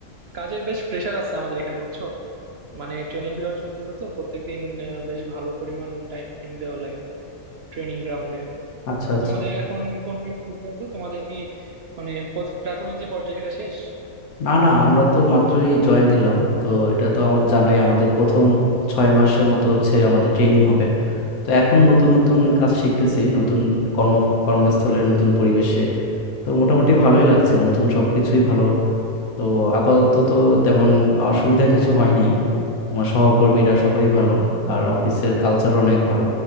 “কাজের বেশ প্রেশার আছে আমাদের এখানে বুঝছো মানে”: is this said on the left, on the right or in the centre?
Right